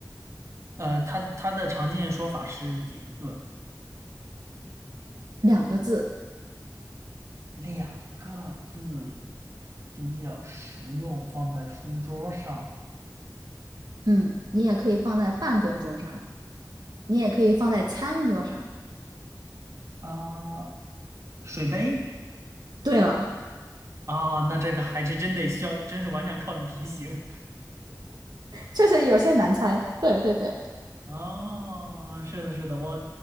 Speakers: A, on the right; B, on the right.
A: 呃，它它的常见说法是几个字？
B: 两个字。
A: 两个字，比较实用，放在书桌上
B: 嗯，你也可以放在办公桌上，你也可以放在餐桌上。
A: 啊。水杯
B: 对了，
A: 啊，那这个还是真得需要，真是完全靠你提醒
B: 确实有些难猜。对对对，
A: 啊。是的，是的，我